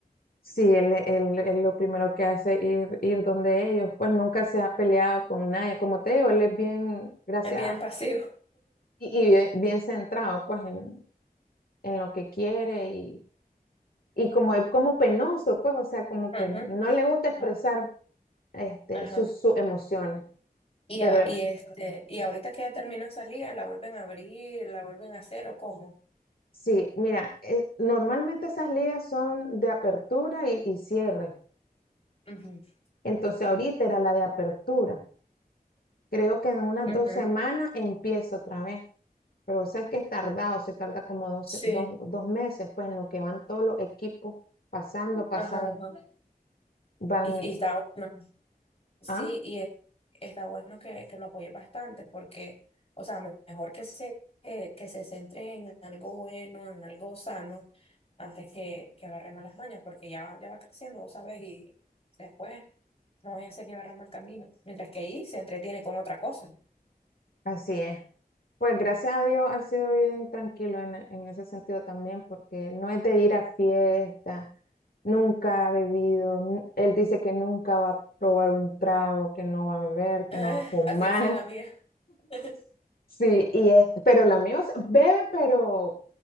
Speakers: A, on the left (about 70°); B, on the left (about 40°).
A: sí, él, él- él lo primero que hace es ir, ir donde ellos, pues nunca se ha peleado con nadie. Como te digo, él es bien, gracias,
B: Es bien
A: a-
B: pasivo.
A: y, y bien, bien centrado, pues, en, en lo que quiere y, y como es como penoso, pues, o sea, como
B: Ujú.
A: que no le gusta expresar
B: Ajá.
A: este,
B: Ajá.
A: sus, sus emociones.
B: Y,
A: Pero
B: a- y este, y ahorita que ya terminó esa liga, ¿la vuelven a abrir? ¿La vuelven a hacer o cómo?
A: Sí, mira, eh, normalmente esas ligas son de apertura y, y cierre.
B: Ujú.
A: Entonces ahorita era la de apertura. Creo que en unas
B: Ujú.
A: dos semanas empiezo otra vez. Pero sabes que es tardado, se tarda como dos,
B: Sí.
A: dos- dos meses, pues en lo que van todos los equipos pasando, pasando.
B: Ajá, ajá.
A: Van,
B: Y, y está bueno. Sí,
A: ah,
B: y e- está bueno que, que lo apoye bastante porque, o sea, me- mejor que se, eh, que se centre en algo bueno, en algo sano, antes que, que agarre malas mañas, porque ya, va- ya va creciendo, vos sabes, y después no voy a hacer llevar a mal camino, mientras que ahí se entretiene con otra cosa.
A: así es. Pues gracias a Dios ha sido bien tranquilo en, en ese sentido también, porque no es de ir a fiesta, nunca ha bebido, nu- él dice que nunca va a probar un trago, que no va a beber, que
B: Ah,
A: no va a fumar,
B: así decía la mía. <laughs>
A: <laughs> sí, y es, pero la mía, o sea, bebe, pero,